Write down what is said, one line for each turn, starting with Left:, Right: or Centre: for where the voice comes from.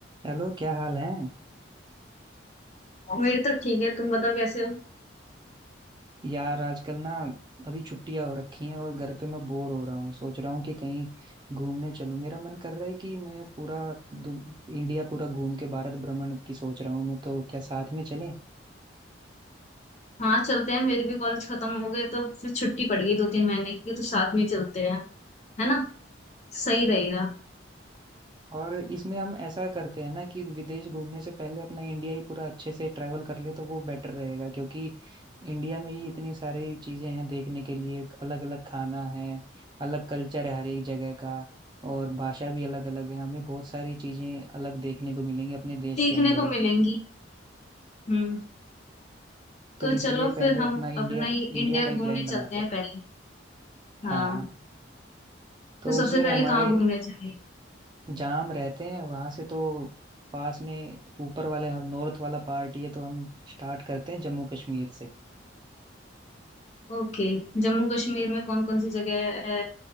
Right: Hello क्या हाल है
Left: मेरी तो ठीक है तुम बताओ कैसे हो
Right: यार आजकल ना अभी छुट्टियां हो रखी हैं और घर पे मैं बोर हो रहा हूँ सोच रहा हूँ कि कहीं घूमने चलूँ मेरा मन कर रहा है कि मैं पूरा दु- इंडिया पूरा घूम के भारत भ्रमण की सोच रहा हूँ मैं तो क्या साथ में चलें
Left: हाँ चलते हैं मेरे भी कॉलेज खत्म हो गए तो फिर छुट्टी पड़ गई दो तीन महीने की तो साथ में ही चलते हैं है ना सही रहेगा
Right: और इसमें हम ऐसा करते हैं ना कि विदेश घूमने से पहले अपना इंडिया ही पूरा अच्छे से ट्रैवल कर ले तो वो बेटर रहेगा क्योंकि इंडिया में ही इतनी सारी चीजें हैं देखने के लिए अलग अलग खाना है अलग कल्चर है हर एक जगह का और भाषा भी अलग अलग है हमें बहुत सारी चीजें अलग देखने को मिलेंगी अपने देश
Left: सीखने
Right: के अंदर
Left: को
Right: ही
Left: मिलेंगी हम्म
Right: तो
Left: तो
Right: इसलिए
Left: चलो
Right: पहले
Left: फिर हम
Right: अपना इंडिया
Left: अपना ही
Right: इंडिया
Left: इंडिया
Right: का
Left: घूमने
Right: ही प्लान बनाते
Left: चलते हैं
Right: हैं
Left: पहले हाँ
Right: हाँ तो
Left: तो सबसे
Right: उसमें
Left: पहले
Right: हमारे
Left: कहाँ घूमने चले
Right: जाम रहते हैं वहां से तो पास में ऊपर वाले हम नॉर्थ वाला पार्ट ही है तो हम स्टार्ट करते हैं जम्मू कश्मीर से
Left: ओके जम्मू कश्मीर में कौन कौन सी जगह है